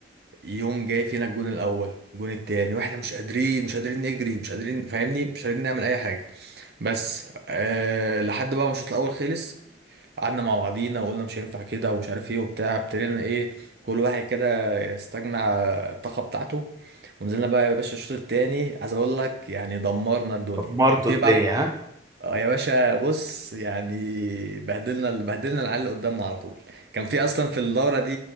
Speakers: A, on the right; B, on the right.
A: يوم جاي فينا الجون الأول الجون التاني وإحنا مش قادرين مش قادرين نجري مش قادرين فاهمني مش قادرين نعمل أي حاجة بس آه لحد بقى ما الشوط الأول خلص قعدنا مع بعضينا وقلنا مش هينفع كده ومش عارف ايه وبتاع ابتدينا ايه كل واحد كده يستجمع الطاقة بتاعته ونزلنا بقى يا باشا الشوط التاني عايز اقول لك يعني دمرنا الدنيا
B: دمرتوا
A: كان في
B: الدنيا
A: بقى
B: ها
A: آه يا باشا بص يعني بهدلنا بهدلنا العيال اللي قدامنا على طول كان في اصلا في الدورة دي